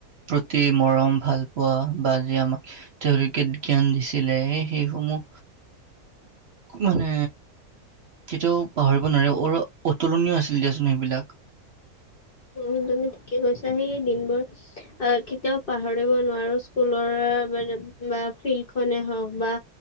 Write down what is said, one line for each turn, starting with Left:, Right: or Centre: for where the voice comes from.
Right: প্ৰতি মৰম ভাল পোৱা বা যি আমাক তেওঁলোকে জ্ঞান দিছিলে সেই সেইসমূহ মানে কেতিয়াও পাহৰিব নোৱাৰে, অ-অতুলনীয় আছিল দিয়াচোন সেইবিলাক।
Left: উমঁ' তুমি ঠিকে কৈছা। সেই দিনবোৰ আহ' কেতিয়াও পাহৰিব নোৱাৰো স্কুলৰ বা ফিল্ড খনে হওক বা